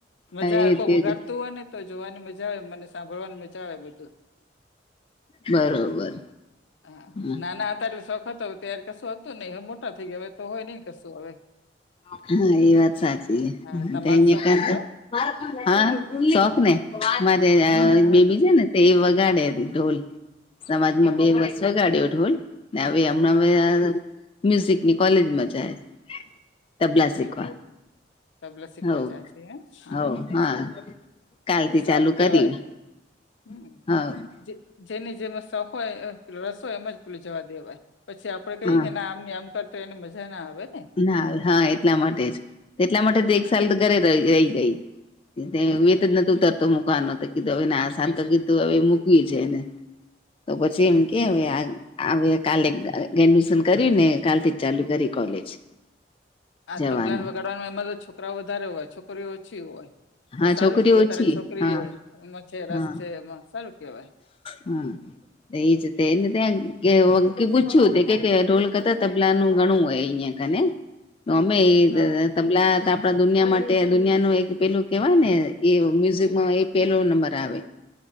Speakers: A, on the left; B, on the left.
A: મજા
B: એ
A: આવે કોક
B: જ
A: વગાડતું
B: એજ
A: હોય ને તો જોવાની મજા આવે મને સાંભળવાની મજા આવે બધુ
B: બરોબર
A: હ
B: હા
A: નાના હતા એટલે શોખ હતો ત્યારે કશું હતું નઈ હવે મોટા થઈ ગયા હવે તો હોય નહિ કશું હવે
B: હા એ વાત સાચી
A: હા તમારો
B: છે અહીંયા
A: શોખ ખરો
B: કર હા શોખ ને મારે
A: અચ્છા
B: બેબી છે ને તે એ વગાડે રિ ઢોલ સમાજમાં
A: હા
B: બે
A: હા
B: વસ વગાડ્યો ઢોલ ને હવે હમણાં
A: હમ હમ
B: મ્યુઝિક ની કોલેજમાં જાય. તબલા
A: અચ્છા
B: શીખવા
A: એઉ તબલા સીખવા
B: હવ
A: જાય છે હા
B: હવ
A: અચ્છા-
B: હા કાલથી
A: હા સારું
B: ચાલુ
A: કેવાય
B: કર્યું
A: હમ્મ
B: હવ
A: જે- જેને જેમ શોખ હોય રસ હોય એમ જ પેલું જવા દેવાય. પછી આપડે કહીએ
B: હા
A: કે ના આમ નહી આમ કર તો એને મજા ના આવે. ને
B: ના હા એટલા માટે જ એટલા માટે
A: હા
B: તો એક સાલ તો ઘરે રહી ગઈ. તે
A: અચ્છા
B: વેત જ નથી ઉતરતો મૂકવાનો તો કીધું હવે આ સાલ તો કીધું હવે મૂકવી જ હે એને- તો
A: હમ
B: પછી હમ્મ. - કેવે હ કાલે ગ્રેજ્યુએશન કર્યું ને કાલ થી જ ચાલુ કરી કોલેજ-
A: આ
B: જવાનું
A: તબલા ને વગાડવાનું એમાં તો છોકરાઓ વધારે હોય છોકરીઓ ઓછી હોય. તો
B: હા
A: સારું
B: છોકરી
A: કેવાય
B: ઓછી
A: તારે છોકરી
B: હા
A: એ એમાં છે રસ
B: હા
A: છે એમાં સારું કેવાય.
B: હા. એ જ તેને ત્યાં પૂછ્યું કે ઢોલ કરતા તબલાનું ઘણું હોય અહિયાં હ ને અમે એજ
A: હા
B: તબલા તા આપણા દુનિયા માટે દુનિયા નુ એક પેલું કેહેવાય ને એ મ્યુઝિકમાં એ પેલો નંબર આવે